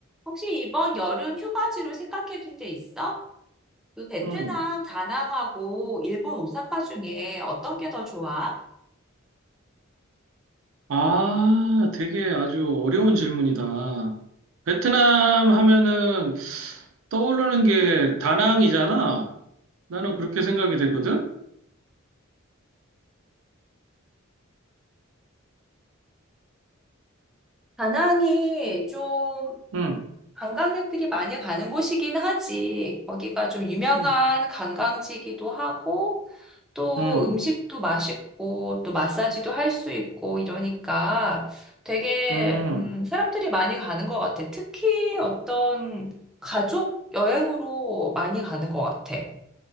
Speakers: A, in the centre; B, on the right (about 70°).
A: 혹시 이번 여름 휴가지로 생각해 둔 데 있어? 그 베트남
B: 음.
A: 다낭하고 일본 오사카 중에 어떤 게 더 좋아?
B: 아, 되게 아주 어려운 질문이다. 베트남 하면은 떠오르는 게 다낭이잖아. 나는 그렇게 생각이 되거든.
A: 다낭이 좀
B: 응,
A: 관광객들이 많이 가는 곳이긴 하지. 거기가 좀 유명한
B: 응,
A: 관광지이기도 하고, 또
B: 응,
A: 음식도 맛있고, 또 마사지도 할 수 있고, 이러니까 되게,
B: 응.
A: 음, 사람들이 많이 가는 것 같아. 특히 어떤 가족 여행으로 많이 가는 것 같아.